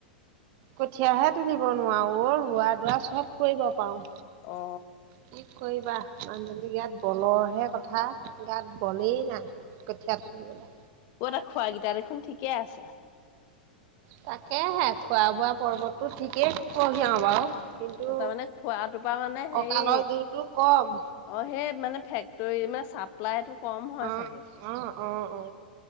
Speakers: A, on the right (about 50°); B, on the left (about 50°).
A: কঠিয়াহে তুলিব নোৱাৰো অ, ৰোৱা দোৱা চব কৰিব পাৰো।
B: অ,
A: কি কৰিবা মানুহজনী গাত বলৰহে কথা গাত বলেই নাই। কঠীয়া তুলিবলে।
B: ক'তা খোৱ গীটা দেখোন ঠিকে আছে।
A: তাকেহে খোৱা বোৱা পৰ্বতটো ঠিকেই কঢ়িয়াই বাৰু। কিন্তু
B: তাৰমানে খোৱাটোৰ পৰা মানে হেৰি
A: কঁকালৰ জোৰতটো কম
B: অ', সেই মানে ফেক্টৰী মানে চাপ চপ্লাইতটো কম হয়
A: অ
B: চাগে
A: অ অ অ